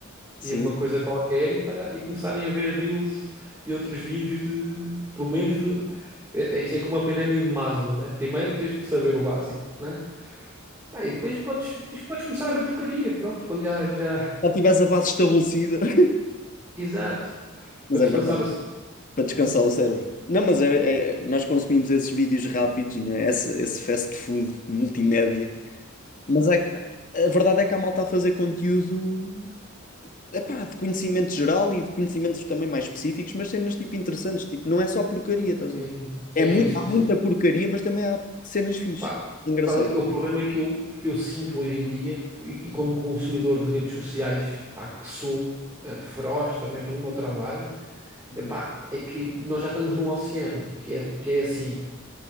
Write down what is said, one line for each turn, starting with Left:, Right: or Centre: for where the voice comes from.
Left: sim.
Right: de uma coisa qualquer e, parar, e começarem a ver reels e outros vídeos de, pelo menos de. É, é- isto é como a pirâmide de Maslow, né? Primeiro tens que saber o básico, né? Pá, e depois podes, depois podes começar a ver porcaria, pronto, quando já, já...
Left: já tivesse a base estabelecida. <laughs>
Right: Exato.
Left: Mas
Right: Para descansar
Left: é verdade,
Right: o
Left: para descansar o cérebro. Não, mas é, é- nós consumimos esses vídeos rápidos, né? Esse, esse fast food multimédia. Mas é que, a verdade é que há malta a fazer conteúdo, epá, de conhecimento geral e de conhecimentos também mais específicos, mas cenas tipo interessantes, tipo, não é só porcaria, estás
Right: Sim,
Left: a ver?
Right: sim,
Left: É muito,
Right: sim.
Left: há
Right: sim.
Left: muita porcaria, mas também há cenas fixe.
Right: Pá,
Left: Engraçado.
Right: qual é que- o problema é que eu, que eu sinto hoje em dia, e, e como consumidor de redes sociais, pá, que sou eh, feroz também pelo meu trabalho,
Left: Uhum.
Right: é pá, é que nós já estamos num oceano, que é, que é assim,